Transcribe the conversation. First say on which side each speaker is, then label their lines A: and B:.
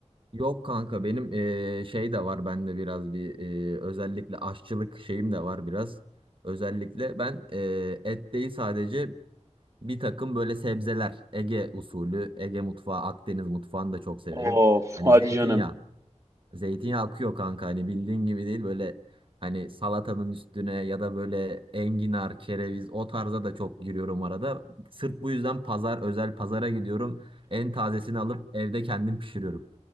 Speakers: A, on the right; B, on the right.
A: Yok kanka benim eee, şey de var bende biraz bir eee, özellikle aşçılık şeyim de var biraz. Özellikle ben eee, et değil sadece bir takım böyle sebzeler Ege usulü Ege mutfağı Akdeniz mutfağını da çok severim.
B: Of
A: Hani
B: hadi
A: zeytinyağı
B: canım.
A: zeytinyağı akıyor kanka hani bildiğin gibi değil böyle hani salatanın üstüne ya da böyle enginar kereviz o tarza da çok giriyorum arada. Sırf bu yüzden pazar özel pazara gidiyorum en tazesini alıp evde kendim pişiriyorum.